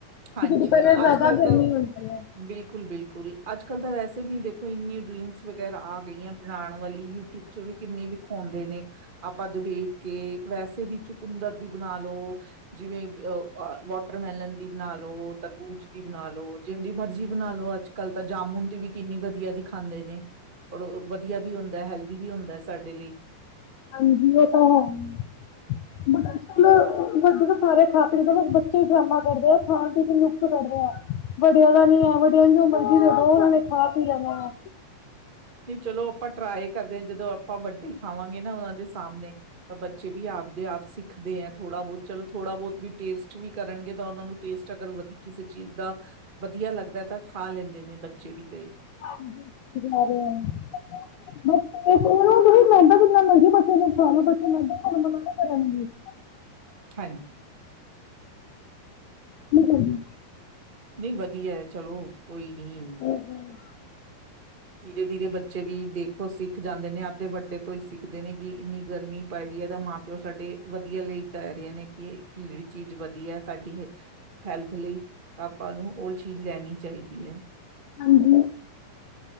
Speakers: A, on the right; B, on the left.
A: ਹਾਂਜੀ
B: ਕਿਉਂਕਿ ਦੁਪਹਿਰੇ
A: ਹਾਂ
B: ਜ਼ਿਆਦਾ
A: ਅੱਜ-ਕੱਲ
B: ਗਰਮੀ
A: ਤਾਂ,
B: ਹੁੰਦੀ ਹੈ
A: ਬਿਲਕੁਲ-ਬਿਲਕੁਲ। ਅੱਜ ਕੱਲ੍ਹ ਤਾਂ ਵੈਸੇ ਵੀ ਦੇਖੋ ਇੰਨੀ ਡਰਿੰਕਸ ਵਗੈਰਾ ਆ ਗਈਆਂ ਬਣਾਉਣ ਵਾਲੀ ਯੂਟਿਊਬ। ਵਿੱਚ ਵੀ ਕਿੰਨੀ ਵਿਖਾਉਂਦੇ ਨੇ। ਆਪਾਂ ਤਾਂ ਵੇਖ ਕੇ ਵੈਸੇ ਵੀ ਚੁਕੁੰਦਰ ਦੀ ਬਣਾ ਲੋ। ਜਿਵੇਂ ਅ ਵਾਟਰਮੈਲਨ ਦੀ। ਬਣਾ ਲੋ ਤਰਬੂਜ਼ ਦੀ ਬਣਾ ਲੋ ਜਿੰਦੀ ਮਰਜ਼ੀ ਬਣਾ ਲੋ ਅੱਜ ਕੱਲ ਤਾਂ ਜਾਮੁਨ ਦੀ ਵੀ ਕਿੰਨੀ ਵਧੀਆ ਖਾਂਦੇ ਨੇ ਔਰ ਵਧੀਆ ਵੀ ਹੁੰਦਾ ਹੈਲਦੀ ਵੀ ਹੁੰਦਾ ਸਾਡੇ ਲਈ।
B: ਹਾਂਜੀ ਉਹ ਤਾਂ ਹੈ, ਬਟ ਅੱਜ ਕੱਲ
A: ਕਿ
B: ਵੱਡੇ ਤਾਂ ਸਾਰੇ ਖਾ ਸਕਦੇ ਬੱਚੇ। ਕੀ ਡਰਾਮਾ ਕਰਦੇ ਆ ਖਾਣ ਪੀਣ ਚ ਨੁਕਸ ਕੱਢਦੇ ਆ। ਵੱਡਿਆਂ ਦਾ ਨੀ ਹੈ ਇਹੋ ਜਿਹਾ ਜੋ ਮਰਜ਼ੀ ਦੇ ਉਹਨਾਂ ਨੇ ਖਾ ਪੀ ਲੈਣਾ ਹੈ।
A: ਨਹੀਂ ਚਲੋ ਆਪਾਂ ਟਰਾਏ ਕਰਦੇ ਹਾਂ ਜਦੋਂ ਆਪਾਂ ਵੱਡੇ ਖਾਵਾਂਗੇ ਨਾ ਉਹਨਾਂ ਦੇ ਸਾਹਮਣੇ। ਤਾਂ ਬੱਚੇ ਵੀ ਆਪਦੇ ਆਪ ਸਿੱਖਦੇ ਹੈ ਥੋੜ੍ਹਾ ਬਹੁਤ ਚਲੋ ਥੋੜਾ ਬਹੁਤ ਵੀ। ਟੇਸਟ ਵੀ ਕਰਨਗੇ ਤਾਂ ਉਹਨਾਂ ਨੂੰ ਟੇਸਟ ਅਗਰ ਵਧੀ ਕਿਸੇ ਚੀਜ਼ ਦਾ ਵਧੀਆ ਲੱਗਦਾ ਤਾਂ। ਪਾ ਲੈਂਦੇ ਨੇ ਬੱਚੇ ਵੀ ਕਈ।
B: <unintelligible> <unintelligible>
A: <unintelligible>
B: <unintelligible>
A: ਨਹੀਂ ਵਧੀਆ ਚਲੋ ਕੋਈ ਨੀ।
B: ਹ
A: ਧੀਰੇ-ਧੀਰੇ ਬੱਚੇ ਵੀ ਦੇਖੋ ਸੀ ਜਾਂਦੇ ਨੇ ਆਪਦੇ ਵੱਡੇ ਤੋਂ ਹੀ ਸਿੱਖਦੇ ਨੇ ਕਿ ਇੰਨੀ ਗਰਮੀ ਪੈ ਰਹੀ ਹੈ ਤਾਂ ਮਾਂ ਪਿਓ ਸਾਡੇ ਵਧੀਆ ਲਈ ਕਹਿ ਰਹੇ ਨੇ। ਕਿ ਕੇਹੇੜੀ ਚੀਜ਼ ਵਧੀਆ ਸਾਡੀ ਹੈਲਥ ਲਈ ਆਪਾਂ ਨੂੰ ਉਹ ਚੀਜ਼ ਲੈਣੀ ਚਾਹੀਦੀ ਆ।
B: ਹਾਂਜੀ